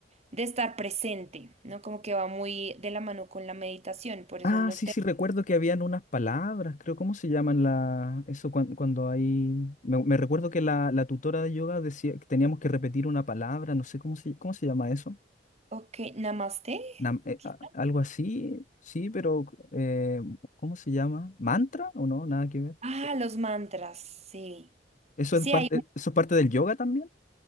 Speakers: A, on the right; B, on the left.
A: de estar presente, ¿no? Como que va muy de la mano con la meditación, por eso
B: Ah,
A: en los...
B: sí,
A: temas.
B: sí, recuerdo que habían unas palabras, creo, ¿cómo se llaman la, eso cuan- cuando hay... Me, me recuerdo que la, la tutora de yoga decía que teníamos que repetir una palabra, no sé cómo se, cómo se llama eso.
A: Ok, namaste.
B: Nam- eh,
A: quizá.
B: a- algo así, sí, pero eh, ¿cómo se llama? ¿Mantra o no? Nada que ver.
A: Ah, los mantras, sí.
B: ¿Eso
A: Sí,
B: es parte,
A: hay,
B: eso es parte del yoga también?